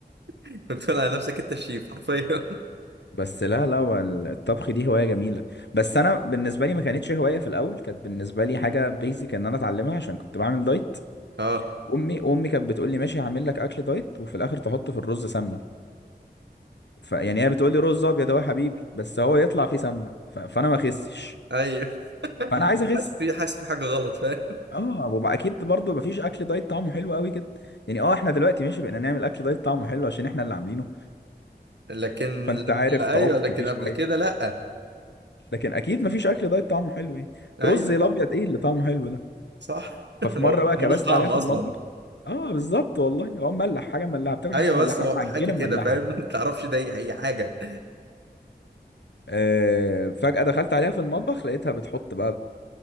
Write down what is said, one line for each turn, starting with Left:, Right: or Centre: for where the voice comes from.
Right: <laughs> وتقول على نفسك انت الشيف حرفيا
Left: بس لا لا هو ال- الطبخ دي هواية جميلة بس أنا بالنسبة لي ما كانتش هواية في الأول كانت بالنسبة لي حاجة بيزك إن أنا أتعلمها عشان كنت بعمل دايت
Right: <laughs> اه
Left: وأمي وأمي كانت بتقول لي ماشي هعمل لك أكل دايت وفي الآخر تحط في الرز سمنة فيعني هي بتقول لي رز أبيض أهو يا حبيبي بس هو يطلع فيه سمنة ف... فأنا ما أخسش
Right: ايوه
Left: فأنا عايز أخس
Right: حاسس في حاسس في حاجه غلط فاهم
Left: أه وبقى أكيد برضه مفيش أكل دايت طعمه حلو قوي كده يعني أه إحنا دلوقتي ماشي بقينا نعمل أكل دايت طعمه حلو عشان إحنا اللي عاملينه
Right: لكن
Left: فأنت
Right: لما-
Left: عارف تعك
Right: ايوه لكن
Left: فيه شوية
Right: قبل كده لا
Left: لكن أكيد مفيش أكل دايت طعمه حلو يعني
Right: ايوه
Left: رز الأبيض
Right: صح
Left: إيه اللي طعمه حلو ده
Right: صح <laughs>
Left: ففي مره
Right: هو
Left: بقى
Right: ملوش
Left: كبست
Right: طعم
Left: عليها في
Right: اصلا
Left: المطبخ اه بالظبط والله هو مملح حاجه مملحه بتاكل
Right: ايوه
Left: حاجه مملحه
Right: بس
Left: حاجه
Right: هو
Left: معجنه
Right: حاجه كده
Left: مملحه
Right: فاهم
Left: كده
Right: ما تعرفش ده ايه هي حاجه
Left: آه فجاه دخلت عليها في المطبخ لقيتها بتحط بقى